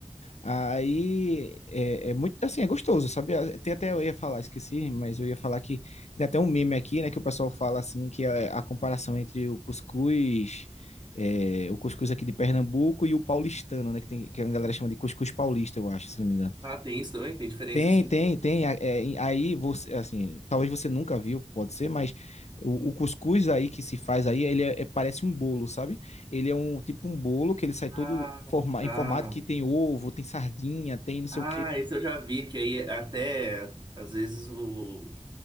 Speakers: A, on the left; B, on the right.
A: Aí, é, é muito, assim, é gostoso, sabe? Ah, Tem até, eu ia falar, esqueci, mas eu ia falar que tem até um meme aqui, né, que o pessoal fala, assim, que é a comparação entre o cuscuz... é, o cuscuz aqui de Pernambuco e o paulistano, né? Que, tem, que a galera chama de cuscuz paulista, eu acho, se não me engano.
B: Ah, tem isso também? Tem diferença,
A: Tem,
B: assim?
A: tem, tem. A- é, em- Aí você, assim, talvez você nunca viu, pode ser, mas o,
B: Uhum.
A: o cuscuz aí que se faz aí, ele é- é- parece um bolo, sabe? Ele é um tipo um bolo que ele sai todo
B: Ah,
A: forma,
B: tá.
A: em formato que tem ovo, tem sardinha, tem não sei
B: Ah,
A: o quê.
B: esse eu já vi, que aí até, às vezes, o